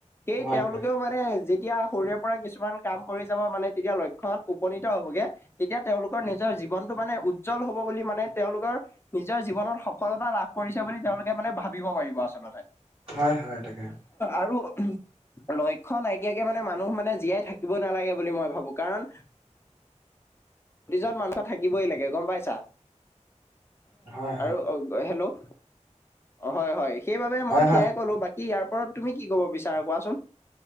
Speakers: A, on the left (about 20°); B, on the right (about 40°).
A: সেই
B: হয়
A: তেওঁলোকেও
B: হয়
A: মান মানে যেতিয়া সৰুৰে পৰা কিছুমান কাম কৰি যাব মানে তেতিয়া লক্ষ্যত উপনীত হ'বগে। তেতিয়া তেওঁলোকৰ নিজৰ জীৱনটো মানে উজ্জ্বল হব বুলি মানে তেওঁলোকৰ - নিজৰ জীৱনত সফলতা লাভ কৰিছে বুলি তেওঁলোকে মানে ভাবিব পাৰিব আচলতে।
B: হয় হয় তাকে
A: আৰু, লক্ষ্য নাইকিয়াকে মানে মানুহ মানে জীয়াই থাকিব নালাগে বুলি মই ভাবো কাৰণ - প্ৰতিজন মানুহৰ থাকিবই লাগে গম পাইছা।
B: হয় হয়
A: আৰু হেল্লো', হয় হয় সেইবাবে
B: হয়
A: মই -
B: হয়
A: কলো, বাকী ইয়াৰ ওপৰত তুমি কি ক'ব বিচাৰা কোৱাচোন।